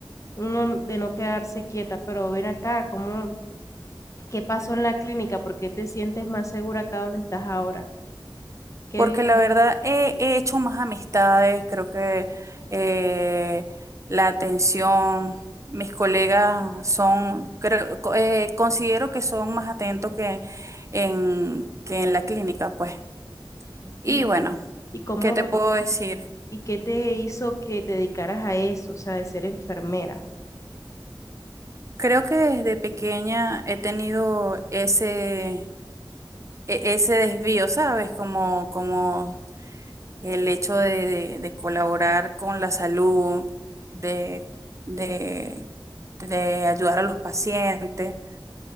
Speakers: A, on the left; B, on the right.
A: uno de no quedarse quieta, pero ven acá, ¿cómo, qué pasó en la clínica? ¿Por qué te sientes más segura acá donde estás ahora? ¿Qué
B: Porque
A: vives
B: la
A: aquí?
B: verdad he, he hecho más amistades, creo que eh, la atención, mis colegas son, creo, co- eh, considero que son más atentos que en, que en la clínica, pues. Y
A: ¿Y,
B: bueno,
A: y cómo,
B: ¿qué te puedo decir?
A: y ¿Y qué te hizo que te dedicaras a eso, o sea, de ser enfermera?
B: Creo que desde pequeña he tenido ese, e- ese desvío, ¿sabes? Como, como el hecho de, de- de colaborar con la salud, de, de, de ayudar a los pacientes.